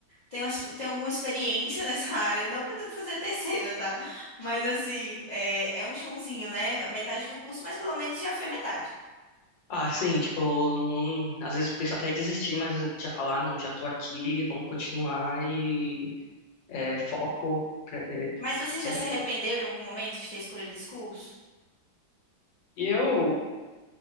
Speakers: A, on the left (about 55°); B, on the left (about 70°).
A: tenho, as- tenho alguma experiência nessa <laughs> área. Não pretendo fazer a terceira, tá? Mas assim, é, é um chãozinho, né? Metade do curso, mas pelo menos já foi metade.
B: Ah, sim, tipo, não- às vezes penso até em desistir, mas já falar, "Ah, não, já tô aqui, vamos continuar e é, foco. pra- É,
A: Mas você já
B: é,
A: se arrependeu
B: fo-
A: em algum momento de ter escolhido esse curso?
B: E eu,